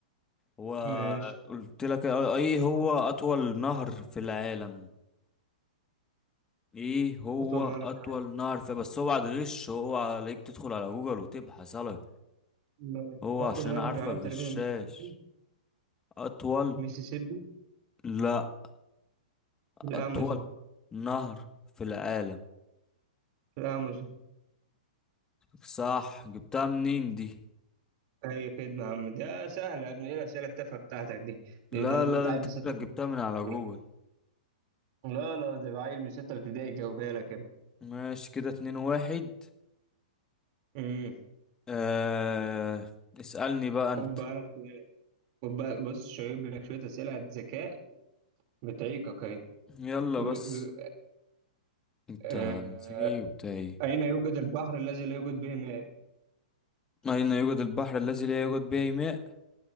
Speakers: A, on the left (about 15°); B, on the right (about 45°).
A: هو
B: ماشي
A: قلت لك ايه هو اطول نهر في العالم ايه هو
B: أطول نهر
A: اطول
B: في
A: نهر في بس اوعى تغش اوعى عليك تدخل على جوجل وتبحث على
B: العالم
A: هو
B: أطول
A: عشان
B: نهر
A: انا عارفك
B: في العالم
A: غشاش
B: تقريبا المسيسيبي
A: اطول
B: المسيسيبي
A: لا
B: الأمازون
A: اطول نهر في العالم
B: الأمازون
A: صح جبتها منين دي
B: أي خدمة يا عم ده سهل يا ابني ايه الأسئلة التافهة بتاعتك دي
A: لا
B: ده لو
A: لا
B: جبت
A: لا
B: عيل
A: انت
B: في
A: شكلك
B: ستة ابتدائي
A: جبتها من
B: كان
A: على
B: بيقولها.
A: جوجل
B: لا لا ده عيل من ستة ابتدائي جاوبها لك يا
A: ماشي كده اتنين واحد
B: ابني
A: آه... اسألني بقى انت
B: خد بقى انا شويه خد بقى بص شايب لك شويه اسئله ذكاء بتعيقك اهي
A: يلا
B: بيقول-
A: بس
B: بيقول-
A: انت
B: آه،
A: ذكي وبتاع ايه
B: اين يوجد البحر الذي لا يوجد به ماء؟
A: اين يوجد البحر الذي لا يوجد به ماء